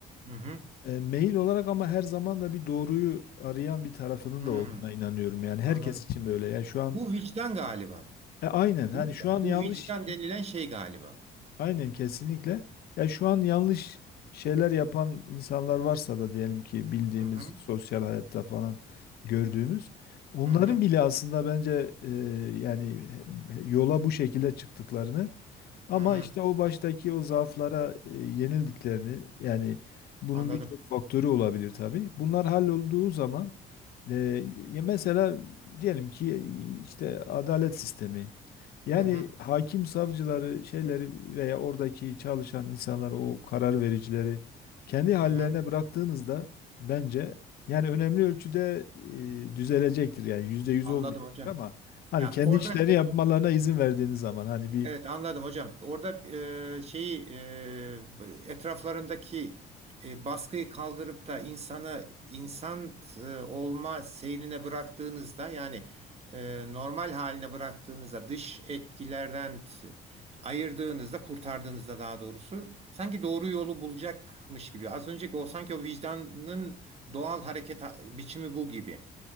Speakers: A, on the right; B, on the left.
A: hı,
B: E, meyil olarak ama her zaman da bir doğruyu arayan bir tarafının
A: hı,
B: da olduğuna inanıyorum. Yani herkes
A: anladım.
B: için böyle. Yani şu an
A: Bu vicdan galiba.
B: e, aynen hani
A: Değil mi?
B: şu an
A: Bu
B: yanlış
A: vicdan denilen şey galiba.
B: Aynen kesinlikle. Ya şu an yanlış şeyler yapan insanlar varsa da diyelim ki bildiğimiz
A: Hı hı,
B: sosyal hayatta falan gördüğümüz onların
A: hı hı,
B: bile aslında bence e, yani yola bu şekilde çıktıklarını ama
A: hı hı,
B: işte o baştaki o zaaflara e, yenildiklerini yani bunun
A: anladım.
B: birçok faktörü olabilir tabii. Bunlar hallolduğu zaman ee, ya mesela diyelim ki işte adalet sistemi. Yani
A: Hı hı,
B: hakim savcıları şeyleri veya oradaki çalışan insanları o karar vericileri kendi hallerine
A: hı hı,
B: bıraktığınızda bence yani önemli ölçüde e, düzelecektir. Yani yüzde yüz
A: anladım
B: olmayacak
A: hocam.
B: ama hani
A: Ya
B: kendi
A: orada
B: işlerini yapmalarına izin verdiğiniz zaman hani bir
A: evet anladım hocam. Orada e, şeyi e, bu- etraflarındaki e, baskıyı kaldırıp da insanı insan e, olma seyrine bıraktığınızda yani e, normal haline bıraktığınızda dış etkilerden t- ayırdığınızda kurtardığınızda daha doğrusu sanki doğru yolu bulacakmış gibi. Az önceki o sanki o vicdanın doğal hareket ha- biçimi bu gibi.